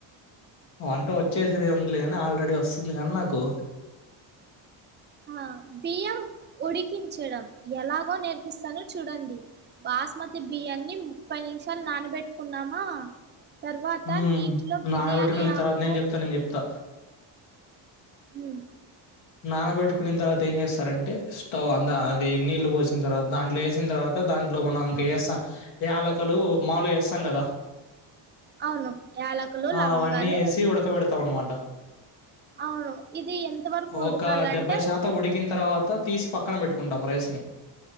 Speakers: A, on the left; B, on the right.
A: వంట వచ్చేసేది ఉందిలే కాని ఆల్రెడీ వస్తుంది లే కాని నాకు
B: ఆ బియ్యం ఉడికించడం ఎలాగో నేర్పిస్తానో చూడండి బాస్మతి బియ్యాన్ని ముప్పై నిమిషాలు నానబెట్టుకున్నామా తర్వాత
A: ఉమ్
B: నీటిలో బిర్యానీ
A: నానబెట్టుకున్న
B: ఆకు
A: తర్వాత నేను చెప్తా నేను చెప్తా
B: మ్
A: నాన్న పెట్టుకుని తరువాత అ ఏం చేస్తారంటే స్టవ్ అందా అది నీళ్ళు పోసిన తర్వాత దాంట్లో వేసిన తర్వాత దాంట్లో మనం ఇంక వేస్తాం యాలకలు మామలు గా ఏస్తాం కదా
B: అవును యాలకులు
A: ఆ
B: లవంగాలు
A: అవన్నీ వేసి ఉడకబెడతాం అన్నమాట
B: అవును ఇది ఎంత వరకు
A: ఒక
B: ఉడకాలంటే
A: డెబ్బై శాతం ఉడికిన తర్వాత తీసి పక్కన పెట్టుకుంటాం రైస్ ని